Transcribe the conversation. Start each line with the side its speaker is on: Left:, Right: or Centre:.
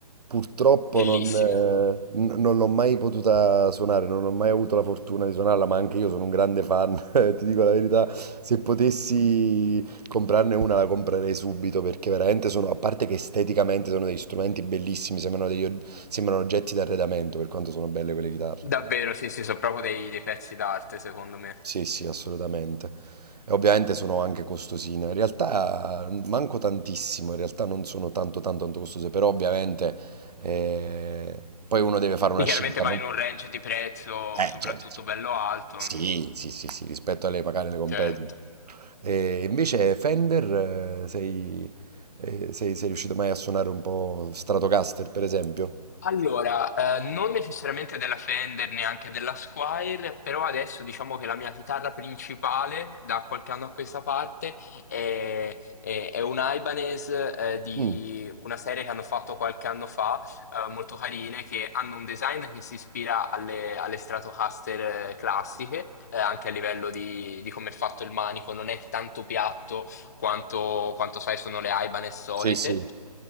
Right: purtroppo
Left: bellissime.
Right: non, eh, n- non l'ho mai potuta suonare, non ho mai avuto la fortuna di suonarla, ma anche io sono un grande fan, <laughs> eh, ti dico la verità, se potessi comprarne una la comprerei subito perché veramente sono, a parte che esteticamente sono degli strumenti bellissimi, sembrano, degli, og- sembrano oggetti d'arredamento per quanto sono belle quelle chitarre.
Left: Davvero, sì, sì, sono proprio dei, dei pezzi d'arte, secondo me.
Right: Sì, sì, assolutamente. E ovviamente sono anche costosine. In realtà manco tantissimo, in realtà non sono tanto tanto tanto costose, però ovviamente eh, poi uno deve fare una
Left: Sì, chiaramente
Right: scelta,
Left: vai
Right: no?
Left: in un range di prezzo
Right: Eh,
Left: soprattutto
Right: certo.
Left: bello alto,
Right: Sì,
Left: mm,
Right: sì, sì, sì, rispetto alle magari le compagnie.
Left: certo.
Right: E invece Fender, eh, sei, eh, sei, sei riuscito mai a suonare un po' Stratocaster, per esempio?
Left: Allora, eh, non necessariamente della Fender, neanche della Squire, però adesso diciamo che la mia chitarra principale da qualche anno a questa parte è, è- è un Ibanez eh, di
Right: Mm,
Left: una serie che hanno fatto qualche anno fa, eh, molto carine, che hanno un design che si ispira alle, alle Stratocaster eh, classiche, eh, anche a livello di, di come è fatto il manico, non è tanto piatto quanto, quanto sai sono le Ibanez solite.
Right: Sì, sì,